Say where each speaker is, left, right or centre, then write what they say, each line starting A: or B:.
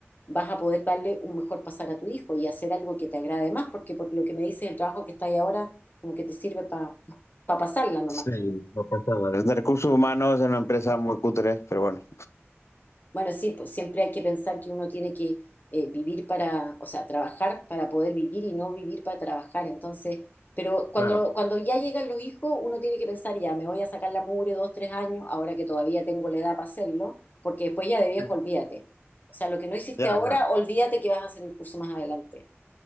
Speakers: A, on the left; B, on the left.
A: vas a poder darle un mejor pasar a tu hijo y hacer algo que te agrade más, porque por lo que me dices, el trabajo que está ahí ahora, como que te sirve para pasarla nomás.
B: sí, lo pasaba. Los de recursos humanos es una empresa muy cutre, pero bueno.
A: Bueno, sí, pues siempre hay que pensar que uno tiene que eh, vivir para, o sea, trabajar para poder vivir y no vivir para trabajar. Entonces, pero cuando,
B: Claro,
A: cuando ya llegan los hijos, uno tiene que pensar, ya, me voy a sacar la mugre dos, tres años, ahora que todavía tengo la edad para hacerlo, porque después ya de viejo,
B: sí.
A: olvídate. O sea, lo que no hiciste
B: Ya,
A: ahora,
B: ya.
A: olvídate que vas a hacer el curso más adelante.